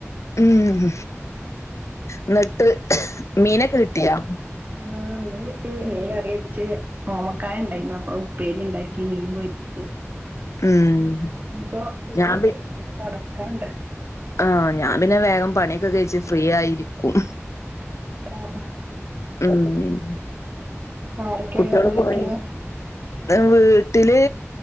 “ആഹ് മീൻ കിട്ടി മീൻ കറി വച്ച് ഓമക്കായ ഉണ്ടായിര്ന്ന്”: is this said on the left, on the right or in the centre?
Right